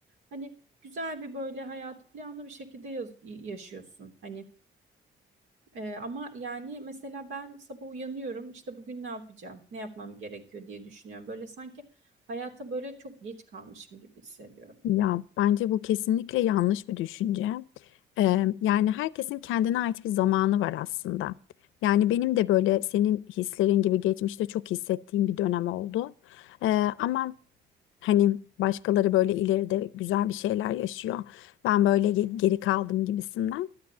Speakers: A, on the right; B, on the left.
A: Hani güzel bir böyle hayatı planlı bir şekilde yaz- yaşıyorsun. Hani e, ama yani mesela ben sabah uyanıyorum işte bugün ne yapacağım, ne yapmam gerekiyor diye düşünüyorum. Böyle sanki hayata böyle çok geç kalmışım gibi hissediyorum.
B: Ya bence bu kesinlikle yanlış bir düşünce. Ee, yani herkesin kendine ait bir zamanı var aslında. Yani benim de böyle senin hislerin gibi geçmişte çok hissettiğim bir dönem oldu. Ee, ama hani başkaları böyle ileride güzel bir şeyler yaşıyor. Ben böyle ge- geri kaldım gibisinden.